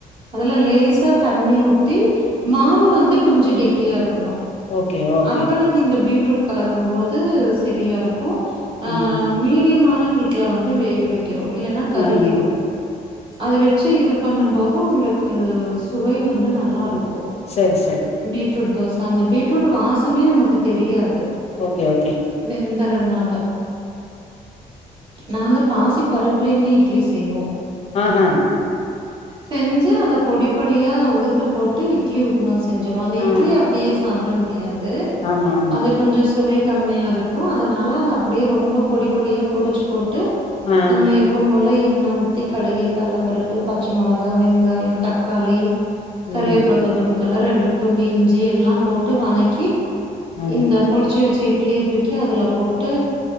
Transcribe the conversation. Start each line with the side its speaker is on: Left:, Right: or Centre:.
Right: அதுல லேசா தண்ணி ஊத்தி மாவு வந்து கொஞ்ச கெட்டியா இருக்கணு
Left: ஓகே ஓகே
Right: அப்ப நீங்க இந்த பீட்ரூட் கலக்கும் போது சரியா இருக்கு ஆ
Left: ம்
Right: மீடியமான ஹீட்ல வந்து வேக வெக்கணு இல்லன்னா கருகிரு
Left: ம்
Right: அது வெச்சு இது பண்ணும் போது உங்ளுக்கு சுவை வந்து நல்லாருக்கு
Left: சரி சரி
Right: பீட்ரூட் தோச அந்த பீட்ரூட் வாசமே நமக்கு தெரியாது
Left: ஓகே ஓகே
Right: வெந்தரனால நாங்க பாசிப் பருப்புலயுமே இட்லி செய்வோ
Left: ஆஹ
Right: செஞ்சு அத பொடிப் பொடியா உதுத்து போட்டு இட்லி உப்புமா செஞ்சருவம் அந்த இ
Left: ஆ
Right: இட்லி அப்டியே சாப்ட முடியாது
Left: ஆமா ஆமா
Right: அது கொஞ்ச சுவை கம்மியா இருக் க்கும் அதனால அத அப்டியே ரொம்ப பொடி பொடியா பொடிச்சு போட்டு
Left: ஆ
Right: நம்ம எப்பம் போல எண்ணெ ஊத் த்தி கடுகே கல்ல பருப்பு பச்ச மொளகா வெங்காயோ தக்காளி கருவேப்பழ
Left: ம்
Right: கொத்த தழ ரெண்டு துண்டி இஞ்சி எல்லா போட்டு வனக்கி
Left: ஆ
Right: இந்தப் பொடிச்சு வச்ச இட்லிய தூக்கி அதுல போட்டு